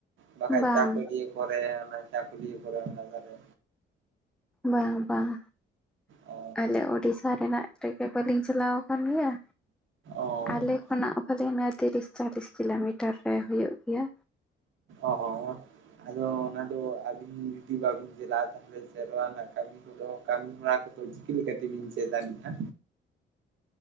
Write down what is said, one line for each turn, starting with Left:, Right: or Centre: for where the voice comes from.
Right: ᱵᱟᱠᱷᱟᱡ
Centre: ᱵᱟᱝ
Right: ᱪᱟᱠᱩᱞᱤᱭᱟ, ᱠᱚᱨᱮ ᱚᱱᱟ ᱪᱟᱠᱩᱞᱳᱭᱟᱹ ᱠᱚᱨᱮ ᱚᱱᱟᱠᱚᱨᱮ
Centre: ᱵᱟᱝ ᱵᱟᱝ
Right: ᱚ
Centre: ᱟᱞᱮ ᱳᱰᱤᱥᱥᱟ ᱨᱮᱱᱟᱜ ᱵᱟᱹᱞᱤᱧ ᱪᱟᱞᱟᱣ ᱟᱠᱟᱱ ᱜᱮᱭᱟ
Right: ᱚ
Centre: ᱟᱞᱮ ᱠᱷᱚᱱᱟᱜ ᱠᱷᱟᱹᱞᱤ ᱱᱚᱣᱟ ᱛᱤᱨᱤᱥ ᱪᱟᱞᱤᱥ ᱠᱤᱞᱳᱢᱤᱴᱟᱨ ᱨᱮ ᱦᱩᱭᱩᱜ ᱜᱮᱭᱟ
Right: ᱚ ᱟᱫᱚ ᱚᱱᱟ ᱫᱚ ᱡᱩᱫᱤ ᱵᱟᱵᱤᱱ ᱪᱟᱞᱟᱜᱼᱟ ᱛᱟᱦᱚᱞᱮ ᱥᱮᱨᱣᱟ ᱨᱮᱱᱟᱜ ᱠᱟᱹᱢᱤ ᱠᱚᱫᱚ ᱠᱟᱹᱢᱤ ᱦᱚᱨᱟ ᱠᱚ ᱪᱤᱠᱤ ᱛᱮᱵᱤᱱ ᱪᱮᱫ ᱫᱟᱲᱮᱭᱟᱜ-ᱟ